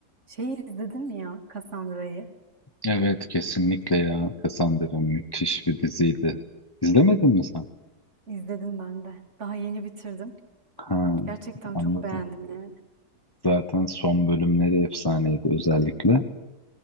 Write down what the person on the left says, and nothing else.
Evet kesinlikle ya. Cassandra müthiş bir diziydi. İzlemedin mi sen?
Ha,
anladım.
Zaten son bölümleri efsaneydi özellikle.